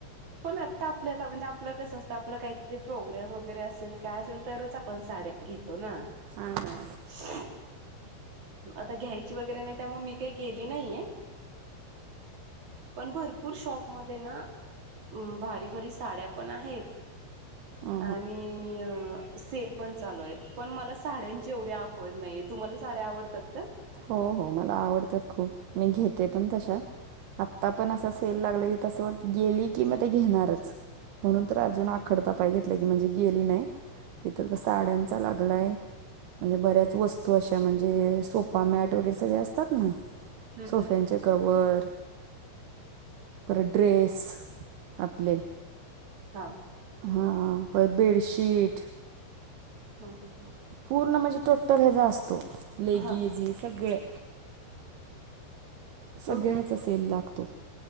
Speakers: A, on the right; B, on the right.
A: पण आता आपल्याला म्हणजे आपलं कसं असतं आपलं काहीतरी पोग्राम वगैरे असेल काय असेल तरच आपण साड्या घेतो ना. <inaudible>
B: ना. हा ना.
A: आता घ्यायची वगैरे नाही त्यामुळे मी काही गेली नाहीये. पण भरपूर शॉपमध्ये ना भारी भारी साड्या पण आहेत
B: हा
A: आणि सेल पण चालू आहेत पण मला साड्यांची एवढी आवड नाहीये तुम्हाला साड्या आवडतात का?
B: हो हो मला आवडतात खूप मी घेते पण तशा. आत्ता पण असं सेल लागला की तसं वाटत गेली की म ते घेणारचं. म्हणून तर अजून आखडता पाय घेतलाय की म्हणजे गेली नाही. तिथं त साड्यांचा लागलाय म्हणजे बऱ्याच वस्तू अशा म्हणजे सोपा मॅट सगळे असतात ना
A: हम्म
B: सोफ्यांचे
A: हम्म.
B: कव्हर परत ड्रेस आपले
A: हां.
B: हां परत बेडशीट
A: हा हा हा.
B: पूर्ण म्हणजे टोटल ह्याचा असतो. लेगीज
A: हा हा.
B: हे सगळं सगळ्याचा
A: ओके
B: सेल लागतो.